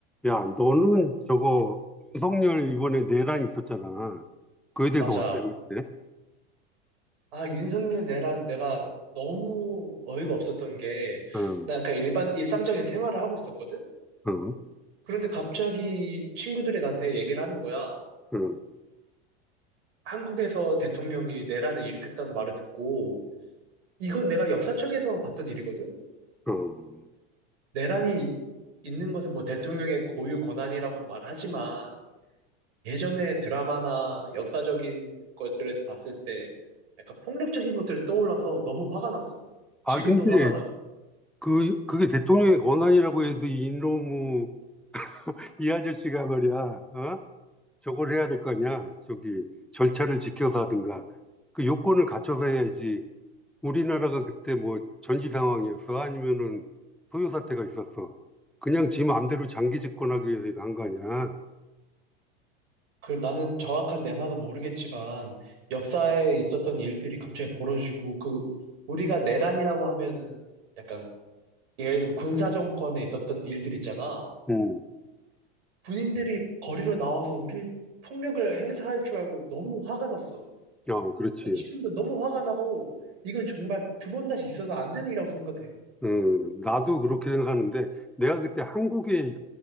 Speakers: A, in the centre; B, on the right.
A: 야, 너는 저거 윤석열 이번에 내란 있었잖아. 그에 대해서
B: 맞아.
A: 어떻게 생각해?
B: 아, 윤석열 내란 내가 너무 어이가 없었던 게,
A: 응,
B: 난 그냥 일반, 일상적인 생활을 하고 있었거든?
A: 응,
B: 그런데 갑자기 친구들이 나한테 얘기를 하는 거야.
A: 응,
B: 한국에서 대통령이 내란을 일으켰다는 말을 듣고, 이건 내가 역사책에서만 봤던 일이거든?
A: 응.
B: 내란이 이- 있는 것은 뭐 대통령의 고유 권한이라고는 말하지만, 예전에 드라마나 역사적인 것들에서 봤을 때, 약간 폭력적인 것들이 떠올라서 너무 화가 났어.
A: 아,
B: 지금도
A: 근데
B: 화가 나.
A: 그, 그게 대통령의 권한이라고 해도 이놈의 이 아저씨가 말이야, 어? 저걸 해야 될 거 아니야? 저기 절차를 지켜서 하든가. 그 요건을 갖춰서 해야지. 우리나라가 그때 뭐 전시 상황이었어? 아니면은 소요 사태가 있었어? 그냥 지 마음대로 장기 집권하기 위해서 이거 한 거 아니야?
B: 그 나는 정확한 내막은 모르겠지만 역사에 있었던 일들이 갑자기 벌어지고 그 우리가 내란이라고 하면은 약간 예를 들면 군사 정권에 있었던 일들 있잖아.
A: 응,
B: 군인들이 거리로 나와서 우리 폭력을 행사할 줄 알고 너무 화가 났어.
A: 어, 그렇지.
B: 아, 지금도 너무 화가 나고 이건 정말 두 번 다시 있어서 안 되는 일이라고 생각해.
A: 음, 나도 그렇게 생각하는데 내가 그때 한국에